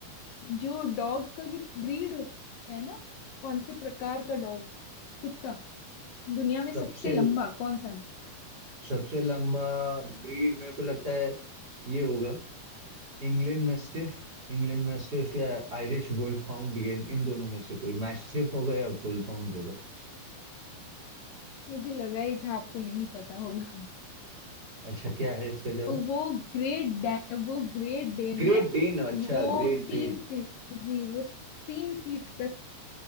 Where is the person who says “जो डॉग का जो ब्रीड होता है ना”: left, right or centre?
Left